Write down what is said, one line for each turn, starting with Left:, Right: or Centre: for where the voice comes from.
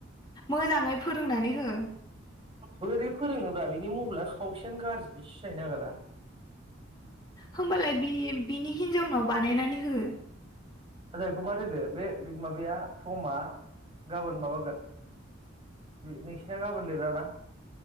Left: मोजाङै फोरोंनानै हो।
Right: बोरै फोरोङोबा् बिनि मबाइलानो खावसेयानो गाज्रि सिनायनो नागिरा।
Left: होमबालाय बि बिनि हिनजावनाव बानायनानै हो।
Right: <inaudible> बाद होदो बे माबाया फ्रमा गाबोनो माबागोन। नों नोंसिना गाबोन लिरा ना